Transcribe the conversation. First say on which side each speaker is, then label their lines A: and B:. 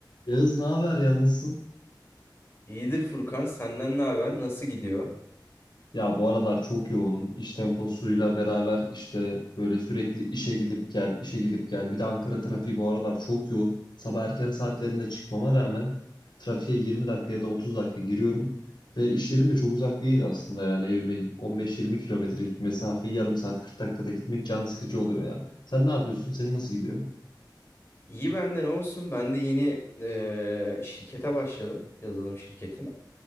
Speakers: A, on the left; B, on the left.
A: Yağız ne haber ya nasılsın?
B: İyidir Furkan, senden ne haber? Nasıl gidiyor?
A: Ya bu aralar çok yoğunum. İş temposuyla beraber işte böyle sürekli işe gidip gel, işe gidip gel. Bir de Ankara trafiği bu aralar çok yoğun. Sabah erken saatlerinde çıkmama rağmen trafiğe 20 dakika ya da 30 dakika giriyorum. Ve iş yerim de çok uzak değil aslında yani evime 15-20 kilometrelik mesafeyi yarım saat 40 dakikada gitmek can sıkıcı oluyor ya. Sen ne yapıyorsun? Senin nasıl gidiyor?
B: İyi bende ne olsun? Ben de yeni eee, şirkete başladım, yazılım şirketine.